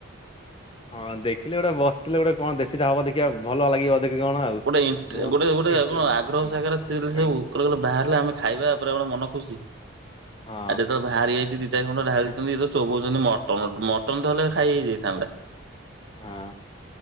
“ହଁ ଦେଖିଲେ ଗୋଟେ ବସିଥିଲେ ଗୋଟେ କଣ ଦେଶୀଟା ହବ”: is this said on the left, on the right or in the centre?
Left